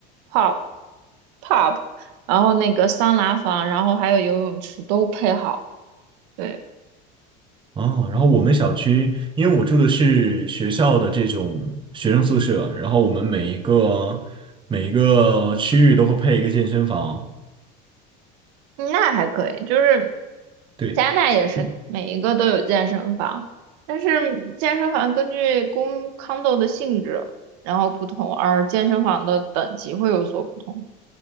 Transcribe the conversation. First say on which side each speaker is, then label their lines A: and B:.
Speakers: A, on the right; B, on the right.
A: pub、pub，然后那个桑拿房，然后还有游泳池都配好了。对，
B: 哦，然后我们小区，因为我住的是学校的这种学生宿舍，然后我们每一个每一个区域都会配一个健身房，
A: 嗯那还可以，就是
B: 对，
A: 加拿大也是每一个都有健身房，
B: 因
A: 但是健身房根据公 condo 的性质，然后不同，而健身房的等级会有所不同。